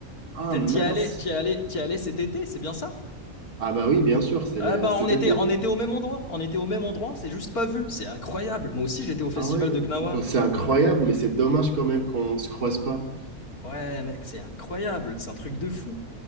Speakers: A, on the right; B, on the left.
A: Ah
B: T'y
A: mince.
B: t'y es allé, t'y es allé, t'y es allé cet été, c'est bien ça?
A: Ah bah oui, bien sûr, c'est le-
B: Ah bah
A: cet
B: on était,
A: été.
B: on était au même endroit, on était au même endroit, on s'est juste pas vu, c'est incroyable. Moi aussi j'étais au festival
A: Ah ouais?
B: de Gnawa.
A: Bon, c'est incroyable, mais c'est dommage quand même qu'on se croise pas.
B: Ouais, mec, c'est incroyable, c'est un truc de fou.